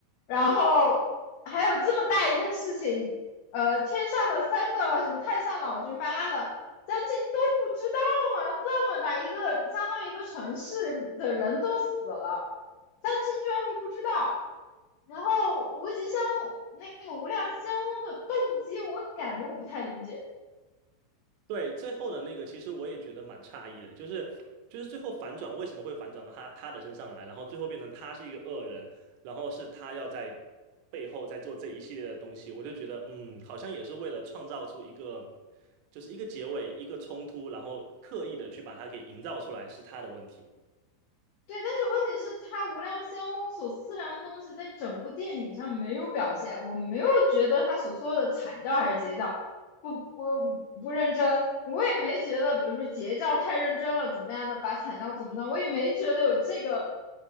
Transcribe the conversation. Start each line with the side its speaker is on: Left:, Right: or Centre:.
Left: 然后还有这么大一件事情，呃，天上的三个什么太上老君巴拉的。三晋都不知道吗？这么大一个，相当于一个城市的人都死了，三清居然会不知道。然后无极仙翁那个无量仙翁的动机，我感觉我不太理解。
Right: 对，最后的那个，其实我也觉得蛮诧异的，就是就是最后反转为什么会反转到他他的身上来，然后最后变成他是一个恶人，然后是他要在背后在做这一系列的东西，我就觉得嗯，好像也是为了创造出一个就是一个结尾，一个冲突，然后刻意的去把它给营造出来是他的问题。
Left: 对，但是问题是，他无量仙翁所思量的东西，在整部电影上没有表现。我没有觉得他所说的惨叫还是截教不不不认真，我也没觉得，比如说截教太认真了怎么样的，把惨叫怎么样，我也没觉得有这个